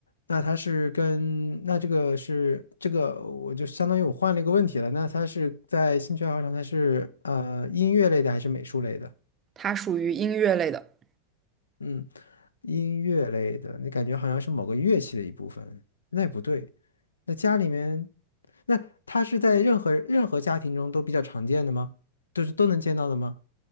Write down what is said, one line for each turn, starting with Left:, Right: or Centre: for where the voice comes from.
Left: 那它是跟那这个是这个，我就相当于我换了一个问题了。那它是在兴趣爱好上，它是呃音乐类的还是美术类的？
Right: 它属于音乐类的。
Left: 嗯，音乐类的，你感觉好像是某个乐器的一部分，那也不对。那家里面，那它是在任何任何家庭中都比较常见的吗？都是都能见到的吗？